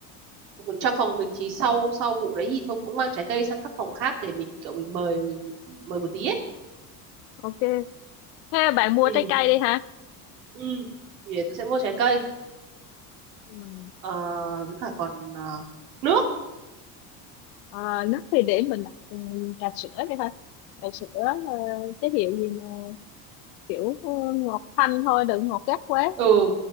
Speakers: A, on the right (about 85°); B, on the left (about 80°).
A: trong phòng mình thì sau sau vụ đấy thì thôi cũng mang trái cây sang các phòng khác để mình kiểu mình mời mời một tí ấy
B: ok. Thế bạn mua
A: ừ
B: trái cây đi hả
A: ừ thì để tôi sẽ mua trái cây
B: Ừ.
A: ờ, với cả còn ờ, nước
B: À, nước thì để mình đặt ừ, trà sữa đi thôi. Trà sữa ờ, cái hiệu gì mà kiểu ờ, ngọt thanh thôi, đừng ngọt gắt quá.
A: ừ